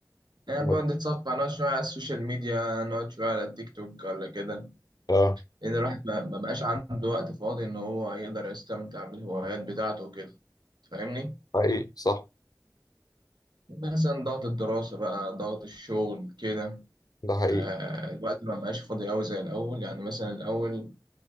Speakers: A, on the right; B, on the left.
A: انا
B: م-
A: بقعد اتصفح نقعد شويه على السوشيال ميديا نقعد شويه على التيك توك ولا كده
B: اه
A: لان الواحد ما ما بقاش عنده وقت فاضي ان هو يقدر يستمتع بالهوايات بتاعته وكده فاهمني
B: حقيقي صح
A: مثلا ضغط الدراسه بقى ضغط الشغل كده
B: ده حقيقي
A: آه، الوقت ما بقاش فاضي قوي زي الاول يعني مثلا الاول